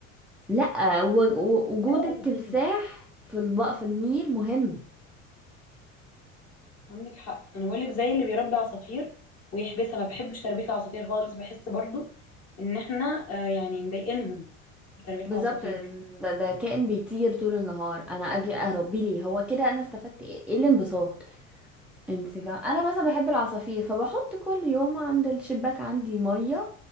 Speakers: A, in the centre; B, on the left.
A: لا و- و- وجود
B: زي العصافير
A: التمساح في الب... في النيل مهم
B: عندك حق انا بقول لك زي اللي بيربي عصافير ويحبسها ما بحبش تربيه العصافير خالص بحس برضو ان احنا آه يعني مضايقينهم بتربيه
A: بالظبط
B: العصافير
A: ده, ده كائن بيطير طول النهار انا اجي اربيه ليه هو كده انا استفدت ايه إيه الانبساط انت فاهم انا مثلا بحب العصافير فبحط كل يوم عند الشباك عندي ميه